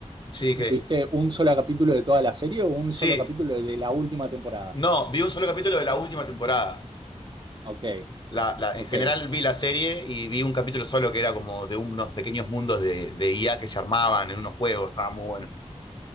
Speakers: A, on the left; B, on the right.
A: Sí, que.
B: ¿viste un solo capítulo de toda la serie o un
A: Sí,
B: solo capítulo de la última temporada?
A: no, vi un solo capítulo de la última temporada.
B: Ok,
A: La, la- en
B: ok.
A: general vi la serie y vi un capítulo solo que era como de unos pequeños mundos de, de IA que se armaban en unos juegos, estaba muy bueno.